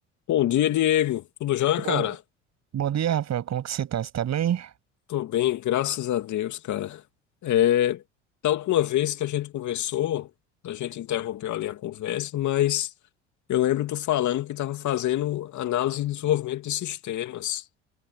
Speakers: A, on the left; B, on the right.
A: Bom dia, Diego. Tudo já,
B: Bom,
A: cara?
B: bom dia, Rafael. Como que você tá? Você tá bem?
A: Tô bem, graças a Deus, cara. É, da última vez que a gente conversou, a gente interrompeu ali a conversa, mas eu lembro tu falando que estava fazendo análise e desenvolvimento de sistemas.